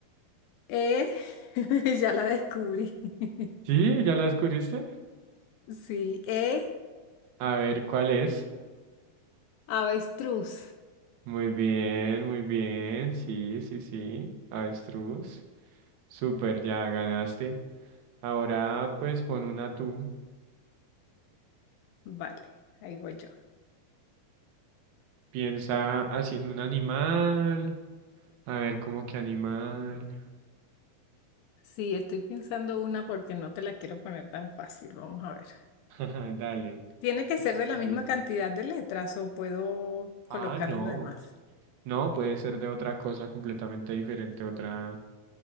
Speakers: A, on the left; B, on the right.
A: E. <laughs> Ya la descubrí. <laughs>
B: Sí, ¿ya la descubriste?
A: Sí. E.
B: A ver, ¿cuál es?
A: Avestruz.
B: Muy bien, muy bien. Sí, sí, sí. Avestruz. Súper, ya ganaste. Ahora pues pon una tú.
A: Vale, ahí voy yo.
B: Piensa así en un animal. A ver, ¿cómo que animal?
A: Sí, estoy pensando una porque no te la quiero poner tan fácil. Vamos a ver.
B: <laughs> Dale,
A: ¿Tiene que ser de
B: está
A: la misma
B: bien.
A: cantidad de letras o puedo colocar
B: Ah, no.
A: lo demás?
B: No, puede ser de otra cosa completamente diferente, otra,